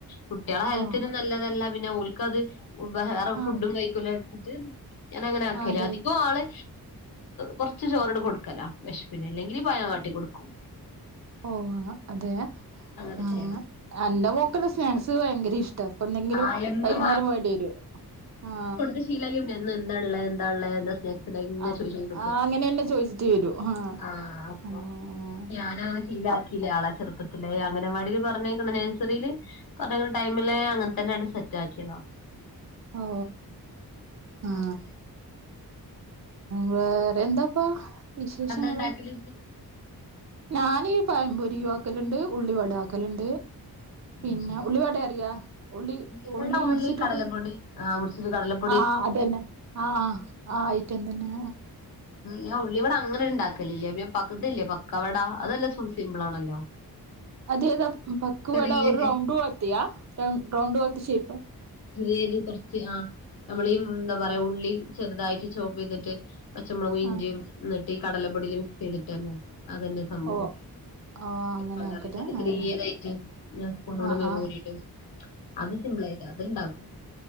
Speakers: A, on the left; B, on the right.
A: കുട്ടികളെ ഹെൽത്തിനന്
B: ഓഹ്
A: നല്ലതല്ല പിന്നെ ഓല് ക്കത് വേറെ
B: ആഹ്
A: ഫുഡും കഴിക്കല്ല രുതീട്ട് ഞാൻ അങ്ങനെ ആക്കല്ലേ
B: അതെ
A: അധികം ആള് കൊറച്ച് ചോറാണ്ട് കൊടുക്കല വെഷപ്പിന് അല്ലെങ്കിൽ പഴ ക്കും
B: ഓ അതെ
A: അങ്ങനെ
B: ആ
A: ചെയ്യലാ
B: അന്റെ മോക്ക് സ്നാക്സ് ഭയങ്കര ഇഷ് ടഫെ എന്തെങ്കിലും
A: ആഹ് എന്നും
B: വൈകുന്നേരം വേണ്ടി വരൊ ആ
A: ത്ത്ശീലക്കിയാലാ പിന്നെ ഇന്നെ ന്താള്ള എന്തള്ള <unintelligible> തന്നെ
B: ആഹ്
A: ചൊദിച്ചൊണ്ട്ക്കും
B: ആഹ് അങ്ങനെന്നെ ചോയിച്ചിട്ട് വരും ആഹ്
A: ആ അപ്പൊ
B: ആഹ്
A: ഞാനന ശീലാക്കി
B: അപ്
A: ആളെ ചെറുപ്പത്തിലേ അങ്ങനെവടിൽ പറഞ്ഞ നഴ്സറിയില് <unintelligible> ടൈമിലേ അങ്ങനെ പനട് സെറ്റക്കിണോ
B: ഓ ആ
A: അങ്ങനെ
B: വേറെ എന്താപ്പാ വിശേഷങ്ങള്
A: നിങ്ങളെന്താ ഉണ്ടാക്കല്
B: ഞാന് പയപൊരിയു ആക്കലുണ്ട് ഉള്ളി വാടാക്കലുണ്ട്
A: അത്
B: പിന്നെ
A: ശരി
B: ഉള്ളി വാടെ അറിയാ ഉള്ളി
A: ഇവിടെ
B: ഉള്ളി മുറിച്ചിട്ട്ട്ട്
A: കടലപ്പൊടി ആ <unintelligible>
B: ആഹ് അതന്നെ ആഹ് ആഹ് ആ ആയിറ്റന്തന്നെ
A: ഞ ഉള്ളിവ ടഅങ്ങനെ ഉണ്ടാക്കല് ല്ലഅ പകതല്ലേ പക്കവട അതെല്ലാം സിംമ്പിൾ ആണല്ലോ
B: അതെതാ പക്കുവട
A: ചെറിയത്
B: ഒരു റൗണ്ട് പോലത്തിയാ റൗണ്ട് പോലത്തെ ഷേപ്പ്
A: ീൽ കൊറച്ച് ആ നമ്മളീ എന്താ പറയാ ഉള്ളി ചെറുതായിട്ട് ചോപ്പെയ്തിട്ട് പച്ചമൊളകും ഇഞ്ചിയും
B: ആഹ്
A: ഞ്ഞട്ട് ഈ കടലപ്പൊടിൽ മിക്സ് ചെയ്തിട്ട് തന്നെ അതന്നെ സംഭവം
B: ഓഹ് ആഹ്
A: പക്കടറി
B: അങ്ങനെ ആക്കല്
A: ചെറീതായിട്ട്
B: ആഹ്
A: ഞാൻ്പോണൊണ്ട്
B: ആഹ് ആഹ്
A: ബൂരിടു അത് സിമ്പിൾ ആയിട്ട് അത് ഇണ്ടാക്കും